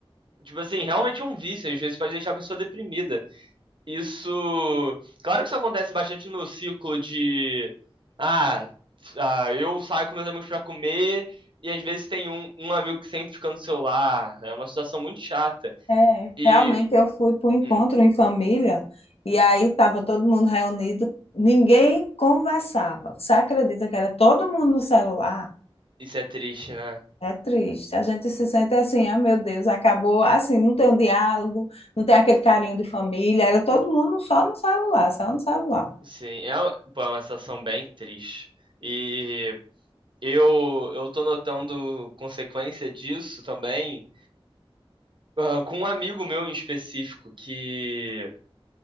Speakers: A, on the right; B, on the left.
A: Tipo assim, realmente é um vício, às vezes pode deixar a pessoa deprimida. Isso. Claro que isso acontece bastante no ciclo de. Ah, ah, eu saio com meus amigos pra comer. E às vezes tem um, um amigo que sempre fica no celular. É uma situação muito chata.
B: É,
A: E.
B: realmente eu fui para o encontro
A: hum,
B: em família e aí estava todo mundo reunido, ninguém conversava. Você acredita que era todo mundo no celular?
A: isso é triste, né?
B: É triste. A gente se sente assim, ah, meu Deus, acabou. Assim, não tem um diálogo, não tem aquele carinho de família. Era todo mundo só no celular, só no celular.
A: Sim, é, pô, é uma situação bem triste. E eu, eu tô notando consequência disso também. ah, com um amigo meu em específico, que